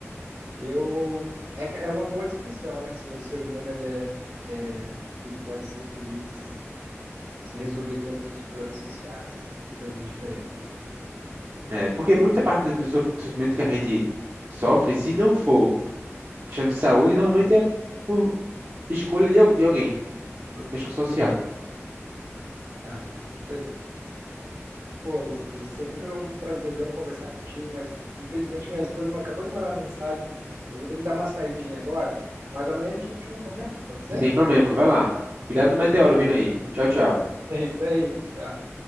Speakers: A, on the right; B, on the right.
A: Eu. É, que- é uma boa discussão, né? Se o ser humano ele é, é- ele pode ser feliz se resolver todos os problemas sociais e as diferenças, né?
B: É, porque muita parte do sof- do sofrimento que a gente sofre, se não for questão de saúde, normalmente é por escolha de, al- de alguém, uma questão social.
A: Uhum. Ah, com certeza. Pô, Augusto, sempre é um prazerzão conversar contigo, mas infelizmente minha esposa me acabou de mandar uma mensagem. Eu vou ter que dar uma saidinha agora, mas amanhã a gente continua a conversa, pode ser?
B: Sem problema, vai lá. Cuidado no meteoro
A: Valeu.
B: vindo aí.
A: <laughs>
B: Tchau, tchau.
A: É isso aí, tchau.